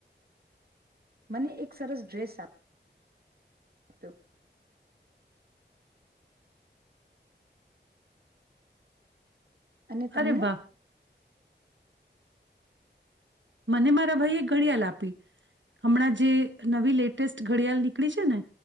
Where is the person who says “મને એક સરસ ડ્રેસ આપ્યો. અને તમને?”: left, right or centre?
Right